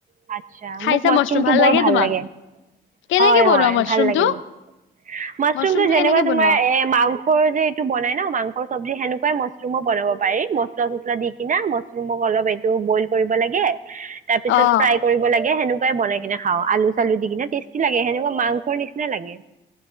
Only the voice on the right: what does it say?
<unintelligible> ইছ ৰাম।
মোক মছৰূমটো
বৰ ভাল
লাগে।
হয়,
হয়।
ভাল লাগে মোৰ। মছৰূমটো
যেনেকুৱা
তোমাৰ
এ মাংসৰ যে এইটো বনাই ন, মাংসৰ চবজী সেনেকোৱাই মা ৰুমো বনাব পাৰি মছলা চছলা দি কিনা ম এইটো বইল কৰিব লাগে। তাৰপিছত
ফ্ৰাই কৰিব লাগে। সেণেকুৱাই বনাই কিনে খাও। আলু চালো দি কিনে টেষ্টি লাগে। সেনেকুৱা মাংসৰ নিচিনা লাগে।